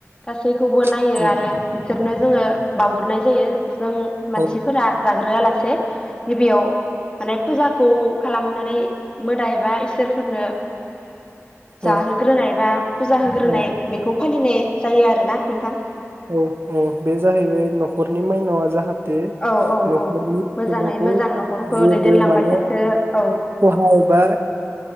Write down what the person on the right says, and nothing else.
औ
औ
औ
औ
औ औ बे जाहैबाय न'खरनि माइनावआ जाहाथे बे
न'खरनि
सुबुंखौ
जेबो
माने
खहा एबा